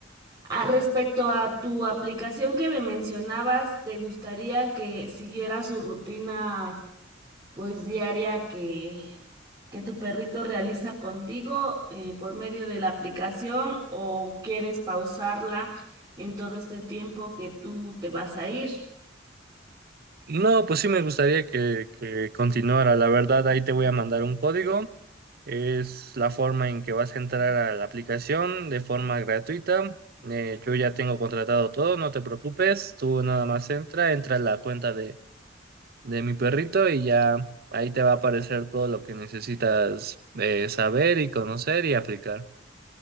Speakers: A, on the right; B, on the right.
A: ah, respecto a tu aplicación que me mencionabas, ¿te gustaría que siguiera su rutina? pues diaria que, que tu perrito realiza contigo eh, por medio de la aplicación o quieres pausarla en todo este tiempo que tú te vas a ir.
B: No, pues sí me gustaría que, que continuara. La verdad, ahí te voy a mandar un código. Es la forma en que vas a entrar a la aplicación de forma gratuita. Eh, yo ya tengo contratado todo, no te preocupes. Tú nada más entra, entra a la cuenta de, de mi perrito y ya ahí te va a aparecer todo lo que necesitas eh, saber y conocer y aplicar.